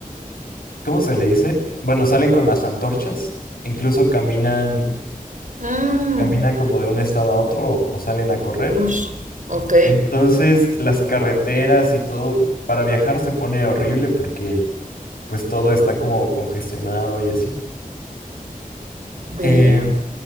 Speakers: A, on the left; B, on the right.
A: ¿cómo se le dice? Bueno, salen con las antorchas, incluso caminan,
B: Mmm.
A: caminan como de un estado a otro o o salen a correr.
B: Ush. Ok.
A: Entonces, las carreteras y todo, para viajar se pone horrible porque pues todo está como congestionado y así.
B: Ve.
A: Eh,